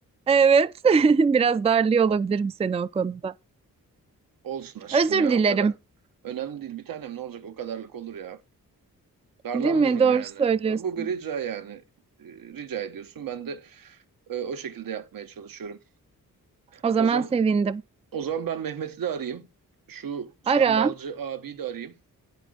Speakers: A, on the right; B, on the right.
A: Evet, <laughs> biraz darlıyor olabilirim seni o konuda.
B: <laughs> Olsun aşkım
A: Özür
B: ya
A: dilerim.
B: o kadar. Önemli değil bir tanem ne olacak o kadarlık olur ya. Darlanmıyorum
A: Değil mi? Doğru
B: yani.
A: söylüyorsun.
B: Bu bir rica yani. Ee, Rica ediyorsun ben de e, o şekilde yapmaya çalışıyorum.
A: O zaman
B: O zaman
A: sevindim.
B: O zaman ben Mehmet'i de arayayım. Şu sandalcı
A: Ara.
B: abiyi de arayayım.